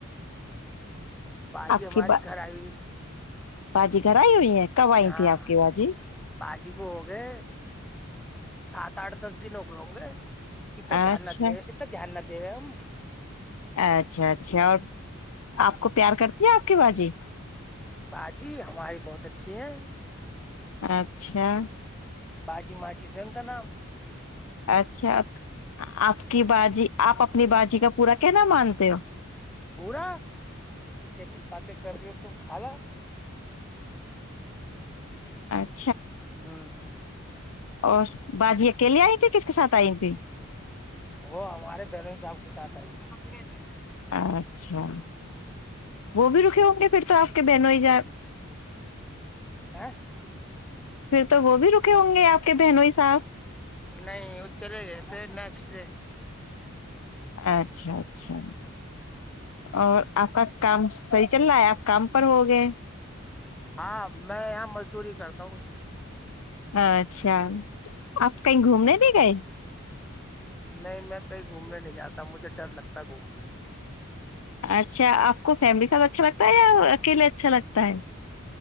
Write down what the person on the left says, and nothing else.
آپ
کی با
باجی گر ہی ہوئی ہے کب آئی
تھی آپ کی بازی
اچھا
اچھا اچھا کو پیار کرتی ہے آپ کے باازی
ہاں اچھا
اچھا آپ کی باازی آپ اپنی بازی کا پورا کہنا مانتے ہو
اچھا
اور بازی اکیلیے آئی تھی کس کے ساتھ آئی تھی
اچھا
وہ بھی رکے ہوں گے پھر تو آپ کے بہن ہو ہی جائے
پھر تو وہ بھی رکے ہوں گے آپ کے بہنوں ہی صاحب
اچھا اچھا اور آپ کا کام صحیح چل رہا ہے آپ کام پر ہو گئے
ہاں اچھا آپ کہیں گھومنے د گئے
اچھا آپ کو فیملی کا اچھا لگتا ہے یا اکیلے اچھا لگتا ہے